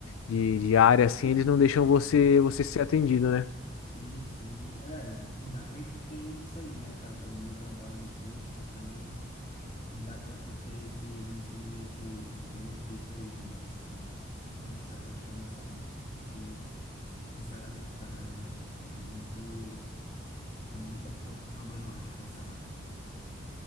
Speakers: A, on the left; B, on the left.
A: de, de área,
B: Sim,
A: assim, eles
B: sim,
A: não deixam você, você ser atendido, né?
B: sim. sim. É, ainda bem que tu tem isso aí, né, cara? Tua mãe trabalha no posto, então. Dá para tu ter esse, vamos dizer, esse, esse benefício aí, né? Essa, nessa questão da saúde. Porque, sinceramente, cara, é, é muito, é muito pro- problemático essa área.